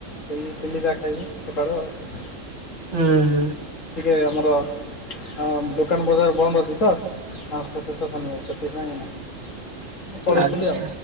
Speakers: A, on the left; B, on the right.
A: ସେଇ ଇଟିଲି ଯାହା ଖାଇବି ସକାଳୁ ଆଉ।
B: ହୁଁ ହୁଁ।
A: ଏ ଆମର। ହଁ ଦୋକାନ ବଜାର ବନ୍ଦ ଅଛି ତ ମାସ ଶେଷ ଶନିବାର ସେଥିପାଇଁ। ମୁଁ ପଳେଇଥିଲି
B: ଆଚ୍ଛା।
A: ଆଉ।